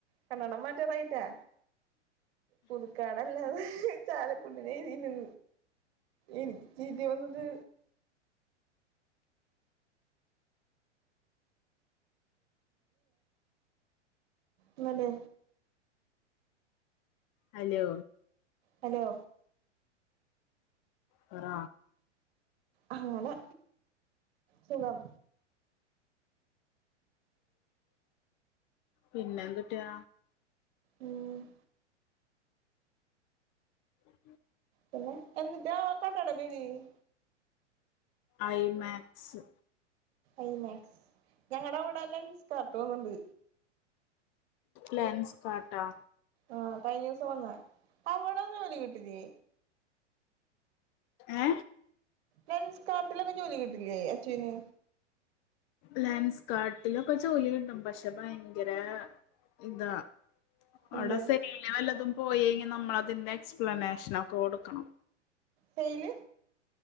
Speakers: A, on the right; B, on the left.
A: കണ്ണട പറ്റാറായിട്ടാ പുതുക്കാടല്ലാത ചാലകുടി <unintelligible> എനിക്ക് ചിരിവന്നത് ഇന്നലെ
B: ഹലോ
A: ഹലോ
B: പറ
A: അങ്ങനെ സുഖം
B: പിന്നെന്തൂട്ടാ
A: ഉം
B: <inaudible>
A: പിന്നെ എന്നിട്ടാ <unintelligible>
B: ഐ മാക്സ്
A: ഐ മാക്സ് ഞങ്ങടെ അവടെ ലെൻസ്കാർട്ട് വന്ന്ണ്ട്
B: ലെൻസ് കാർട്ടാ
A: ആഹ് കഴിഞ്ഞ ദിവസം വന്ന് അവിടൊന്നും ജോലി കിട്ടില്ലെ
B: ഏ
A: ലെൻസ് കാർട്ടിലൊക്കെ ജോലി കിട്ടില്ലേ അച്ചൂന്
B: ലെൻസ് കാർട്ടിലൊക്കെ ജോലി കിട്ടും പക്ഷെ ഭയങ്കര ഇതാ
A: എന്ത്
B: അവിടെ സെല്ലില് വല്ലതും പോയേഴ്ങ്കി നമ്മളതിന്റെ എക്സ്പ്ലനേഷനൊക്കെ കൊടുക്കണം
A: സെയില്